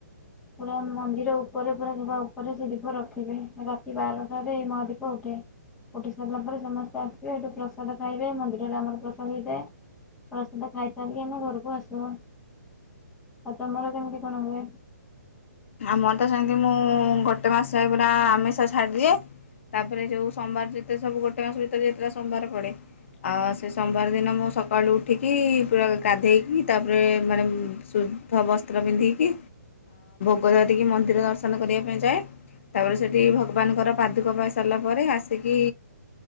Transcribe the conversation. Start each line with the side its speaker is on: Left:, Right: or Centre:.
Centre: ପୁରା ମନ୍ଦିର ଉପରେ ପୁରା ସଭା ଉପରେ ସେ ଦୀପ ରଖିବେ ରାତି ବାରଟାରେଇ ମହାଦୀପ ଉଠେ ଉଠି ସାରିଲା ପରେ ସମସ୍ତେ ଆସିବେ ଏଠୁ ପ୍ରସାଦ ଖାଇବେ ମନ୍ଦିରରେ ଆମର ପ୍ରସାଦ ହେଇଥାଏ ପ୍ରସାଦ ଖାଇଛି?? ଯାଇକ ଆମେ ଘରକୁ ଆସିବୁ ଆଉ ତମର କେମିତି କଣ ହୁଏ?
Left: ଆମର ତ ସେମିତି ମୁଁ ଗୋଟେ ମାସ ହେ ପୁରା ଆମିଷ ଛାଡିଦିଏ। ତାପରେ ଯୋଉ ସୋମବାର ଯେତେ ସବୁ ଗୋଟେ ମାସ ଭିତରେ ଯେତେଳେ ସୋମବାର ପଡ଼େ ଆଉ ସେ ବିବାର ଦିନ ମୁଁ ସକାଳୁ ଉଠିକି ପୁରା ଗାଧେଇକି ତାପରେ ମାନେ ଶୁଦ୍ଧ ବସ୍ତ୍ର ପିନ୍ଧିକି। ଗୋଧ ଦେଇିକି ମନ୍ଦିର ଦର୍ଶନ କରିବା ପାଇଁ ଯାଏ ତାପରେ ସେଠି ଭଗବାନଙ୍କର ପାଦୁକ ପାଇ ସାରିଲା ପରେ ଆସିକି